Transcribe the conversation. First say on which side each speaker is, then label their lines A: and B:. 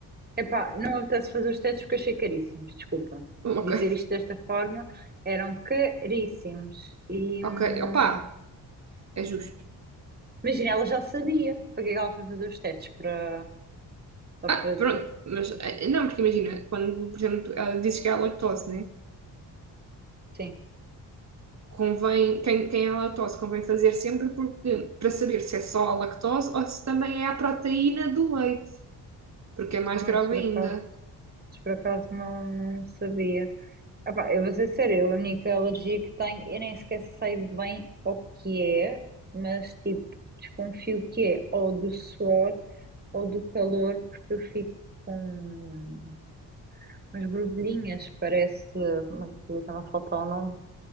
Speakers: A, on the right (about 20°); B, on the right (about 35°).
A: Epá, não apetece fazer os testes porque achei caríssimos, desculpa.
B: Ok,
A: Dizer isto desta forma, eram caríssimos. E
B: ok,
A: hum,
B: opá, é justo.
A: imagina, ela já sabia para que é que ela foi fazer os testes para, só
B: Ah,
A: para-
B: pronto, mas eh, não, porque imagina, quando, por exemplo, tu- ela dizes que é a lactose, né?
A: sim.
B: Convém, quem, quem é a lactose convém fazer sempre porque, para saber se é só a lactose ou se também é a proteína do leite, porque é mais
A: Ai,
B: grave
A: se por
B: ainda.
A: acaso, se por acaso não, não sabia. Epá, eu vou ser sério, a única alergia que tenho, eu nem sequer sei bem o que é, mas tipo, desconfio que é ou do suor ou do calor, porque eu fico com Mas borbulhinhas, parece, como é que está-me a faltar o nome?